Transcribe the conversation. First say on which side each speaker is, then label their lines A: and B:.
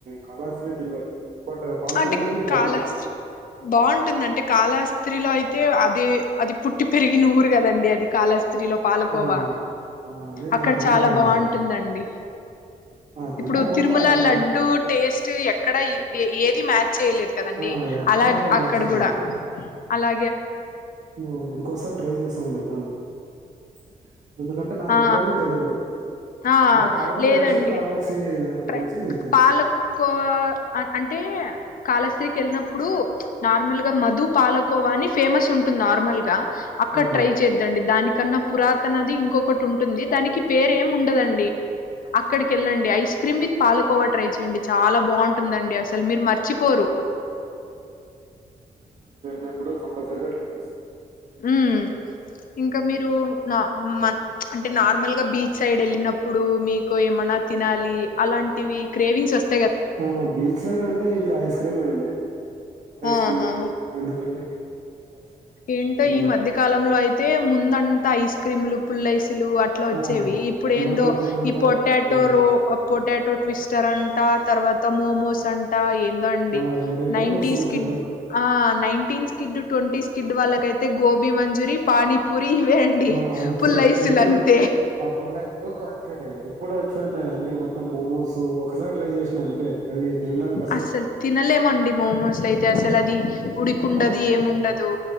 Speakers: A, on the right; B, on the left.
A: కాళస్త్రీ తినలేదు బట్ పాలకోవ
B: అంటే
A: అనేది బాగానే
B: కాలస్త్రీ
A: ఉంటుంది
B: బాగుంటుందంటే కాలాస్త్రీలో అయితే అదీ అది పుట్టి పెరిగిన ఊరు కదండి అది కాలాస్ త్రిలో పాలకోవా
A: ఆ ఆ అదే
B: అక్కడ
A: నేను తిన్నానండి
B: చాలా బాగుంటుందండి
A: ఆ తిన్నా
B: ఇప్పుడు
A: బట్
B: తిరుమల
A: ఆ కా
B: లడ్డు టేస్ట్ ఎక్కడ ఏ ది మ్యాచ్ చేయలేదు కదండి
A: ఆ ఎక్కడ
B: అలాగ
A: మ్యాచ్
B: అక్కడ
A: చేయలేము
B: కూడా అలా
A: నువ్వు ఇంకోసారి ట్రై చేస్త ఉండు ఎప్పుడన్నా చిక్ చిక్ ఎందుకంటే నాకు
B: ఆ
A: ఇప్పుడువరకు తెలీదు
B: ఆ
A: అంటే పాలకోవ
B: లేదండి
A: తెలుసు కాళహస్తి దాని
B: ట్రై
A: గురించి తెలీదు
B: పాలకోవా అంటే కాలస్ త్రీకి వెళ్ళినప్పుడు నార్మల్ గా మధు పాలకోవ అని ఫేమస్ ఉంటుంది నార్మల్గా అక్కడ
A: ఆ
B: ట్రై చేద్దండి దాని కన్నా పురాతనది ఇంకొకటి ఉంటుంది దానికి పేరు ఏం ఉం ఉండదండి అక్కడికి వెళ్ళండి ఐస్ క్రీమ్ మీ పాలుకోవా ట్రై చేయయండి చాలా బాగుంటుందండి అసలు మీరు మర్చిపోరు
A: నుప్పుడు కంపల్సరీగా ట్రై చేస్తాను
B: ఉమ్ ఇంకా మీరు నా అంటే నార్మల్గా బీచ్ సైడ్ వెళ్ళినప్పుడు మీకు ఏమన్నా తినాలి అలాంటివి క్రేవింగ్స్ వస్తా
A: ఆ బీచ్ సైడ్ అంటే ఇంకా ఐస్ క్రీమ్ ఏ అండి ఐస్
B: ఆహా
A: క్రీమే ఎందుకంటే బీచ్ చూసుకుంటే ఐస్
B: ఏంటో
A: క్రీమ్
B: ఈ మధ్యకాలంలో అయితే ముంద అంతా ఐస్ క్రీములు పుల్ల ఐస్ క్రీమ్ లు అట్ వచ్చేవి
A: ఆ
B: ఇప్పుడు ఏందో
A: బట్ ఇప్పుడు అంతా
B: ఈ పొటాటో
A: కోలు
B: రో పొట్ టాటో ట్విస్టర్ అంట తర్వాత మోమోస్ అంట ఇది అండి
A: ఆ ఏంటేంటో
B: నైన్ంటిస్
A: వస్తున్నాయి
B: కిడ్
A: బట్
B: ఆ నైన్టీన్స్ కిడ్ ట్వంటీ స్కిడ్ వాళ్ళకైతే గోబీ మంజూరి పానీపూరి ఇవే అండి
A: ఆ అంతే
B: పుల్లైసులు
A: ఇప్పుడు
B: అంతే
A: ఆ పుల్లాయిలు అంతే ఇప్పుడు వచ్చిందిన్నా అన్నీ మొత్తం మోమోస్ ఒకసారి ట్రై చేసినా అంతే అవి తినడానికి
B: అసలు తినలేమండి మమోస్లు అయితే అసలు అది ఉడికిండదు
A: కానీ
B: ఏముండదు